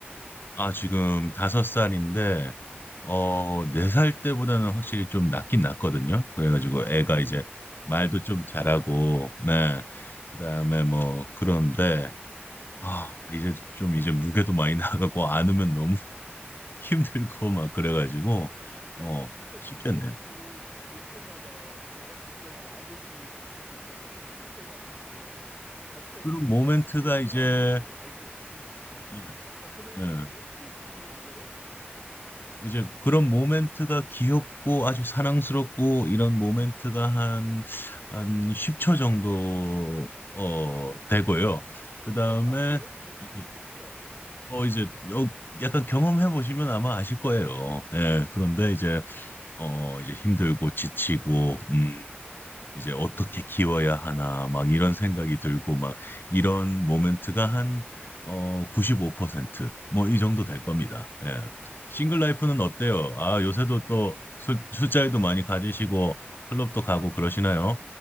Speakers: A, on the left; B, on the right.
A: 아, 지금 다섯 살인데, 어, 네 살 때보다는 확실히 좀 낫긴 낫거든요. 그래가지고 애가
B: 다행이네요.
A: 이제 말도 좀 잘하고, 네. 그다음에 뭐, 그런데, 아, 이제 좀 이제 무게도 많이 <laughs> 나가고, 안으면 너무 힘들고 <laughs> 막 그래가지고
B: 근데 다섯 살이면
A: 어
B: 진짜
A: 쉽지
B: 귀엽고,
A: 않네.
B: 그냥 볼 때마다 그 자랑스러운 아버지 그, 그 뿌듯함이 있을 것 같은데, 아시다시피
A: 그런 모멘트가
B: 저는 결혼도
A: 이제
B: 안 했고, 아이도 없으니까,
A: 예,
B: 어, 저는 오히려
A: 예.
B: 부럽게 들리는데요?
A: 이제 그런 모멘트가 귀엽고 아주 사랑스럽고 이런 모멘트가 한 한 10초 정도 어 되고요.
B: 어,
A: 그
B: 그거밖에
A: 다음에
B: 안 돼요? 어?
A: 이제
B: 신기하네.
A: 어 이제 어, 약간 경험해 보시면 아마 아실 거예요. 예,
B: 음,
A: 그런데 이제 어 이제 힘들고 지치고 음 이제 어떻게 키워야 하나 막 이런 생각이 들고 막 이런 모멘트가 한 어 95%뭐 이 정도 될 겁니다. 예.
B: 아, 근데
A: 싱글 라이프는
B: 그러면 진짜
A: 어때요? 아, 요새도
B: 네.
A: 또 술, 술자리도 많이 가지시고 클럽도 가고 그러시나요?